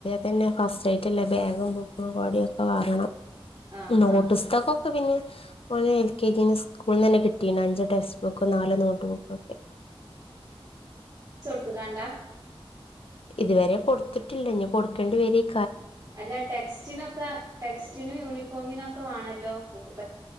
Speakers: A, on the left (about 70°); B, on the right (about 35°).
A: തന്നെ ഫസ്റ്റ് ആയിട്ടുള്ള ബാഗും കോടൊയൊക്കെ വാങ്ങണം
B: ആഹ്
A: നോട്ട്സ്തക്കൊക്കെ
B: ആഹ് ആഹ്
A: പിന്നെ ഓളെ എൽ കെ ജിന്ന് സ്കൂളിന്നന്നെ കിട്ടീണ് അഞ്ച് ടെക്സ്റ്റ് ബുക്കും നാല് നോട്ട് ബുക്കൊക്കെ
B: ത്തുകണ്ടാ
A: ഇതുവരെ കൊടുത്തിട്ടില്ല ഞ് കൊടുക്കേണ്ടി വരേയ്
B: അല്ല ടെക്സ്റ്റിനൊക്കെ ടെക്സ്റ്റിനും യൂണിഫോമിനും ഒക്കെ വേണല്ലോ ബുക്ക്